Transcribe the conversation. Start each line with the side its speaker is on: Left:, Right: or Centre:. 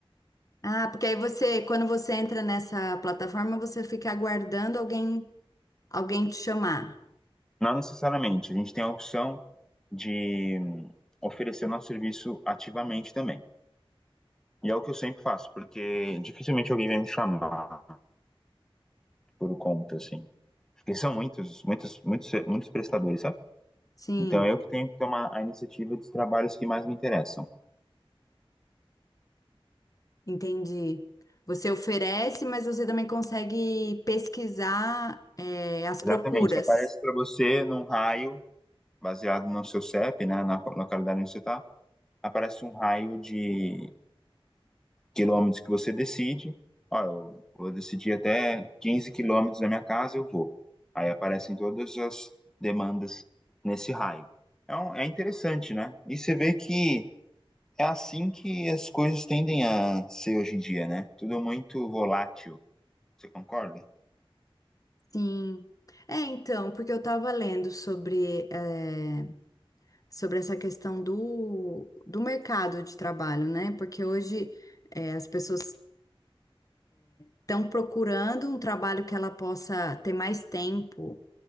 Left: Ah, porque aí você, quando você entra nessa plataforma, você fica aguardando alguém, alguém te chamar.
Centre: Não necessariamente, a gente tem a opção de hum, oferecer nosso serviço ativamente também. E é o que eu sempre faço, porque dificilmente alguém vai me chamar por conta, assim. Porque são muitos, muitos, muitos, muitos prestadores, sabe?
Left: Sim.
Centre: Então eu que tenho que tomar a iniciativa dos trabalhos que mais me interessam.
Left: Entendi. Você oferece, mas você também consegue pesquisar, é, as
Centre: Exatamente,
Left: procuras.
Centre: aparece para você num raio, baseado no seu CEP, né, na localidade onde você está, aparece um raio de quilômetros que você decide. Ó, eu vou decidir até 15 quilômetros da minha casa, eu vou. Aí aparecem todas as demandas nesse raio. É, um- é interessante, né? E você vê que é assim que as coisas tendem a ser hoje em dia, né? Tudo muito volátil. Você concorda?
Left: Sim. É, então, porque eu estava lendo sobre, é, sobre essa questão do, do mercado de trabalho, né? Porque hoje, é, as pessoas estão procurando um trabalho que ela possa ter mais tempo,